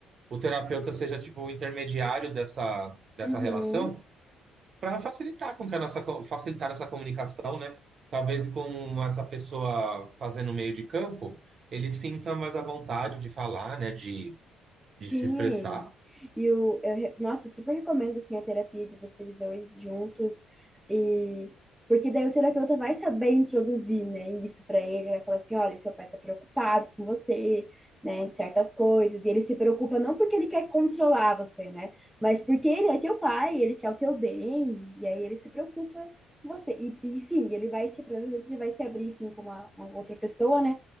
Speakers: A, on the right (about 45°); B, in the centre.
A: o terapeuta seja tipo o intermediário dessa, dessa
B: Uhum.
A: relação, para facilitar com que a nossa co- facilitar essa comunicação, né? Talvez com essa pessoa fazendo o meio de campo, ele sinta mais à vontade de falar, né? De, de
B: Sim,
A: se expressar.
B: e o, eu, re- nossa, eu super recomendo, assim, a terapia de vocês dois juntos, e porque daí o terapeuta vai saber introduzir, né, isso pra ele, vai falar assim, olha, seu pai tá preocupado com você, né, de certas coisas, e ele se preocupa não porque ele quer controlar você, né, mas porque ele é teu pai, ele quer o teu bem, e aí ele se preocupa com você, e, e sim, ele vai se, provavelmente ele vai se abrir, sim, com uma uma outra pessoa, né,